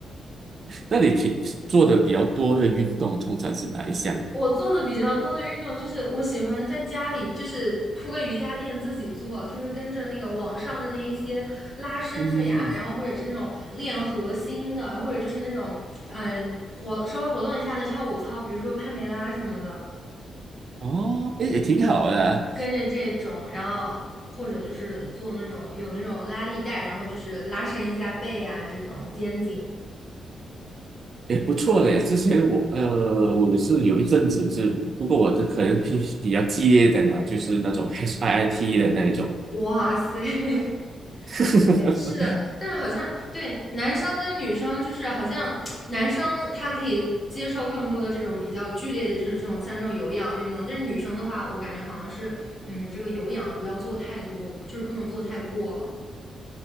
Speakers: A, on the right; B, in the centre.
A: 那你平做的比较多的运动通常是哪一项呢？
B: 我做的比较多的运动就是我喜欢在家里就是铺个瑜伽垫自己做，就是跟着那个网上的那一些拉伸的呀，
A: 嗯哼哼，
B: 然后或者是那种练核心的，或者就是那种嗯活稍微活动一下的跳舞操，比如说帕梅拉什么的，
A: 哦，诶，也挺好的啊
B: 跟着这种，然后或者就是做那种有那种拉力带，然后就是拉伸一下背啊这种肩颈。
A: 也不错嘞。之前我呃，我是有一阵子是，不过我的可能比比较激烈一点的，就是那种 HIIT
B: 对，
A: 的那一种。
B: 哇塞，<laughs>
A: <laughs>
B: 是的，但是好像对男生跟女生，就是好像男生他可以接受更多的这种比较剧烈的，就是这种像这种有氧运动，但是女生的话，我感觉好像是，嗯，这个有氧不要做太多，就是不能做太过了。